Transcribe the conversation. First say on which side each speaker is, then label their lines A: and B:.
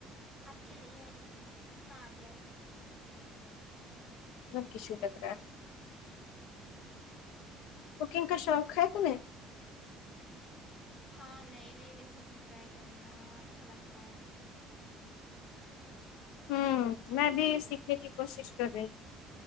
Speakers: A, on the left; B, on the left.
A: آبپ کی نہیں آ رہی ہے ہاں اب ہی
B: تار کی س لگ رہا <unintelligible> کوکنگ کا شوق ہے تمیں
A: ہاں نئی نئی ریسیپی ٹرائی کرنا اچھا لگتا ہے
B: ہوں میں بھی سیکھنے کی کوشش کر رہی ہ